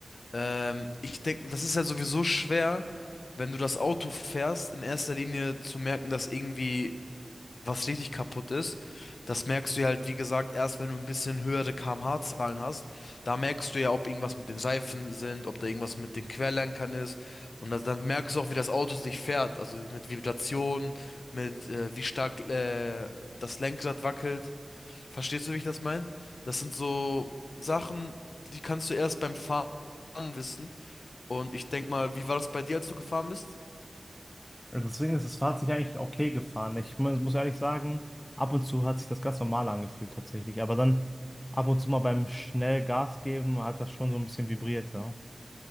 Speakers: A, on the left (about 80°); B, on the left (about 15°).
A: Ähm, ich denke, das ist ja sowieso schwer, wenn du das Auto fährst, in erster Linie zu merken, dass irgendwie was richtig kaputt ist. Das merkst du ja halt, wie gesagt, erst wenn du ein bisschen höhere kmh-Zahlen hast. Da merkst du ja, ob irgendwas mit den Reifen sind, ob da irgendwas mit den Querlenkern ist. Und das, dann merkst du auch, wie das Auto sich fährt. Also mit Vibrationen, mit äh, wie stark äh, das Lenkrad wackelt. Verstehst du, wie ich das meine? Das sind so Sachen, die kannst du erst beim Fahren wissen. Und ich denk mal, wie war das bei dir, als du gefahren bist?
B: Deswegen ist das Fahrrad eigentlich okay gefahren. Ich mu- muss ehrlich sagen, ab und zu hat sich das ganz normal angefühlt tatsächlich. Aber dann ab und zu mal beim schnell Gas geben hat das schon so ein bisschen vibriert, ja.